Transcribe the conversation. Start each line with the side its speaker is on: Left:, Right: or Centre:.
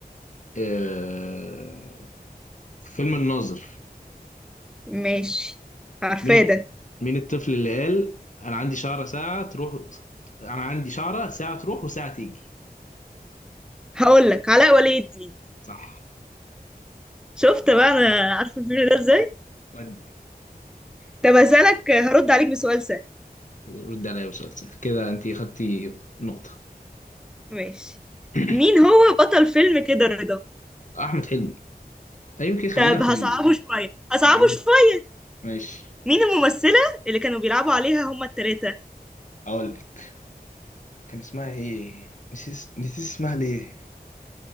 Left: آه... في فيلم الناظر
Centre: ماشي عارفاه
Left: مين الت-
Centre: ده
Left: مين الطفل اللي قال انا عندي شعرة ساعة تروح انا عندي شعرة ساعة تروح وساعة تيجي
Centre: هقول لك علاء ولي الدين
Left: صح
Centre: شفت بقى انا عارفه الفيلم ده ازاي
Left: ودي
Centre: طب هسألك هرد عليك بسؤال سهل
Left: رد عليا بسؤال سهل كده انت خدتي نقطة
Centre: ماشي
Left: <coughs>
Centre: مين
Left: <clears throat>
Centre: هو بطل فيلم كده رضا
Left: احمد حلمي أيوة يمكن خلينا
Centre: طب
Left: في
Centre: هصعبه
Left: ال-
Centre: شويه هصعبه
Left: في الجميل
Centre: شويه
Left: ماشي
Centre: مين الممثله اللي كانوا بيلعبوا عليها هما التلاتة
Left: اقول لك كان اسمها ايه نسيت نسيت اسمها ليه